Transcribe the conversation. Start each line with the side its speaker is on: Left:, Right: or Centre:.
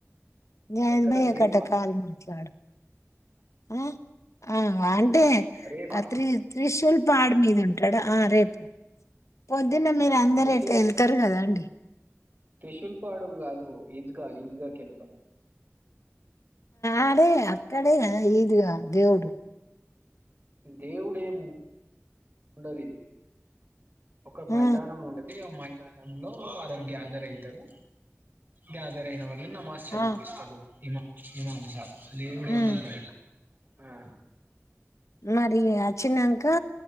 Left: గాన్
Right: ఎక్కడ
Left: భయ్య
Right: రేపా
Left: కట్ట కాన్ ట్లాడు ఉ ఆ అంటే
Right: రేపా
Left: ఆ త్రి త్రిశూల్ పాడు మీద ఉన్ టడ ఆ రేప్ పొద్ దిన మీరు అందరు
Right: త్రిశూల్
Left: ఎటో ఎళ్తరు గదండి
Right: త్రిశూల్ పాడు గాదు ఈద్గ ఈద్గా కెల్తం
Left: ఆడే అక్కడే గద ఇదుగా దేవుడు
Right: దేవుడేమొ ఉండదిది ఒక మైదానం
Left: ఆ
Right: ఉండది ఆ మై ద్యానంలో అదర్ గ్యాదర్ అయితరు గా జరైన వాల్ళు నామాస్ చదివిపిస్తడు
Left: ఆ
Right: ఇమ ఇమమ్ సాబ్ లొల్లి గూడ ఏం
Left: ఉమ్
Right: ఉండదు ఆ
Left: మరీ అచ్చినన్ కా